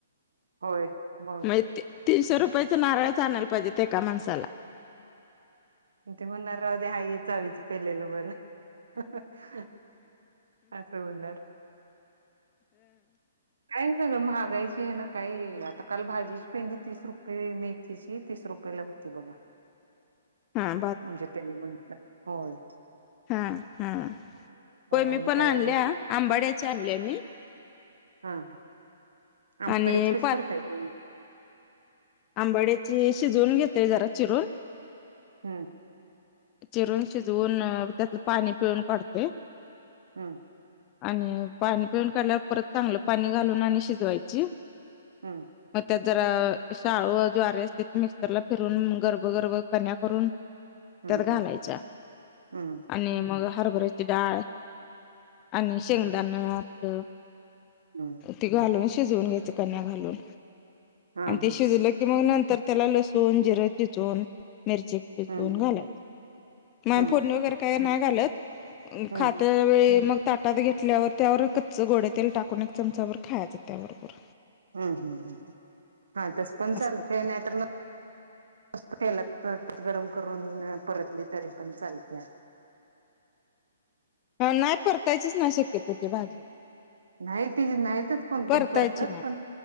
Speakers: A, on the right; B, on the left.
A: होय मग
B: मैते तीनशे रुपयाच नारळ आणायला पाहिजेत एका माणसाला
A: ते म्हणणार राहू दे हाय हेच चावीच पेलेलं बरं. हं ह, असं होणार. काय सगळं महागायची हे न काय आता काल भाजीची पेंडी तीस रुपये मेथीची तीस रुपये पहिला होती बघा.
B: <inaudible> हा
A: म्हणजे त्यांनी म्हंटल पळ.
B: <inaudible> हां, हां होय मी
A: आणि
B: पण
A: काय
B: आणल्या
A: उगच
B: आंबाड्याची आणल्या मी.
A: हां, हां आंबाडीची
B: आणि
A: कशी करताय तुम्ही?
B: आंबड्याची शिजवून घेतोय जरा चिरून.
A: हम्म.
B: चिरून, शिजवून त्यातलं पाणी पिळून काढतोय.
A: हम्म.
B: आणि पाणी पिळून काढल्यावर, परत चांगलं पाणी घालून आणि शिजवायची.
A: हम.
B: मग त्यात जरा शाळू ज्वारी असते, तर मिक्सरला फिरून गर्भगर्भ कन्या करून
A: हम्म
B: त्यात घालायच्या,
A: हम्म
B: आणि मग हरभऱ्याची डाळ आणि शेंगदाणा आपलं
A: हम्म हम्म हम्म
B: ते घालून <unintelligible> शिजवून घ्यायचं कणया घालून.
A: हा
B: आणि ते
A: हा
B: शिजलं की कि मगं नंतर त्याला लसुन, जिरं चिचवून मिरची <unintelligible>
A: हम्म
B: घालायची. मग
A: हम्म
B: फोडणी वगैरे काय नाय घालत.
A: हम्म
B: खात्यावेळी मग ताटात घेतल्यावर त्यावर कच्च गोड तेल टाकून एक चमचाबर खायचं त्या बरोबर.
A: हम्म, हम्म हा तसं पण
B: असं
A: चालतंय,
B: करते
A: नाहीतर मग निस्ता तेलात. गरम करून परतली तरी पण चालत्या.
B: नाय परतायचीच नाही शक्यतो भाजी.
A: नाही तीजी नाहीतच कोणकण
B: परतायची
A: परतात,
B: नाही
A: पण